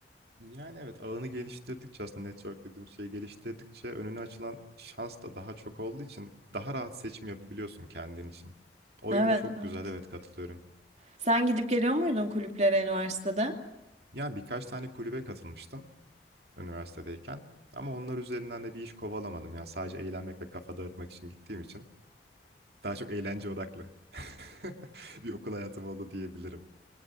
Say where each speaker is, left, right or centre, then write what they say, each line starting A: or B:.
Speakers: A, on the right; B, on the right.
A: Yani evet ağını geliştirdikçe aslında network dediğim şeyi geliştirdikçe önüne açılan şans da daha çok olduğu için daha rahat seçim yapabiliyorsun kendin için. O
B: Evet,
A: yönü çok
B: evet.
A: güzel evet katılıyorum.
B: Sen gidip geliyor muydun kulüplere üniversitede?
A: Yani birkaç tane kulübe katılmıştım üniversitedeyken ama onlar üzerinden de bir iş kovalamadım. Yani sadece eğlenmek ve kafa dağıtmak için gittiğim için daha çok eğlence odaklı <laughs> bir okul hayatım oldu diyebilirim.